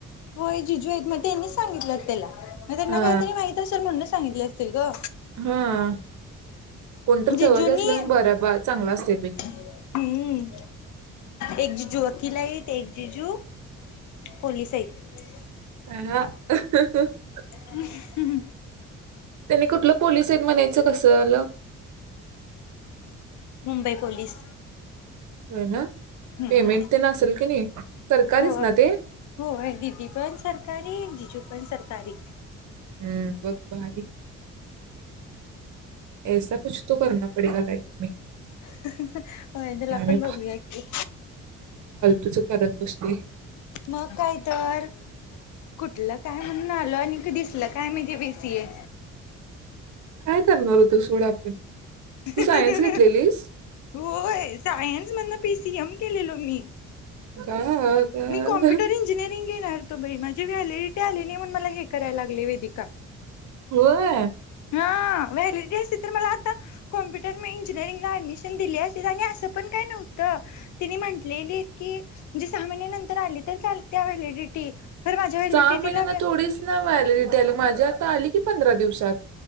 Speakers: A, on the left; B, on the right.
A: होय जिजू आहेत मग त्यांनीच सांगितलं त्याला मग त्यांना
B: हा
A: काहीतरी माहित असेल म्हणून सांगितले असतील ग.
B: हा कोणतर
A: जिजूंनी
B: जवळच असलं ना बरं बा चांगला असते बी
A: हम्म एक जिजू किला येत एक जिजू पोलिस आहेत.
B: अं हं <unintelligible>
A: <unintelligible>
B: त्यांनी कुठलं पोलीस आहेत म्हणायचं कसं आलं
A: मुंबई पोलीस
B: होय ना
A: हम्म
B: पेमेंट ते असेल की नाही सरकारीच
A: होय
B: ना ते
A: होय दिदी पण सरकारी जिजू पण सरकारी
B: हम्म, बघ भारी <unintelligible>
A: <unintelligible> होय तिला
B: हे आम्ही
A: पण बघूया की.
B: तुझं करतत बसलोय.
A: मग काय तर कुठलं का काय म्हणून आलो आणि दिसल काय म्हहितीे बे सी ए
B: काय करणार होतो सोड आपण.
A: <unintelligible>
B: तू सायन्स घेतलेलीस
A: होय सायन्स मदन पीसीएम केलेलो. पुणे
B: <unintelligible> का?
A: मी कॉम्प्युटर इंजिनिरिंग आहे. <unintelligible> ते व्हॅलेटी आले नाही म्हणून मला हे कराय लागले वेदिका
B: होय
A: हां व्हॅलडी असते तर मला आता कॉम्प्युटर मग इंजिनअरिंग आणि ऍडमिशन दिली असती आणि अस तिथ पण काय नव्हतं. तिने म्हटलेली की जिस सहा महिन्या नंतर आली तर चालत्या व्हॅलिडिटी खरं माझ्या व्हॅलिडिटीला
B: सहा महिन्यांना थोडीच ना व्हॉलीडिटी आली माझ्या आता आली की पंधरा दिवसात